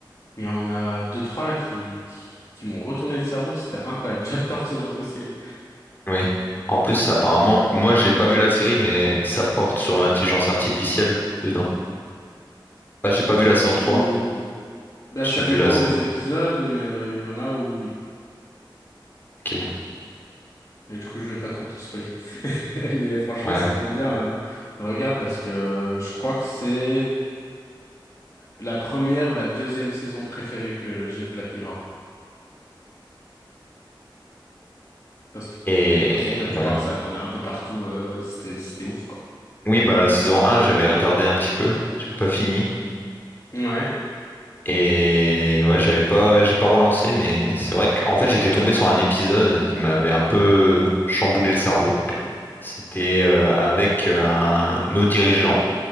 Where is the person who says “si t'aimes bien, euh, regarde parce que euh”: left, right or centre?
Left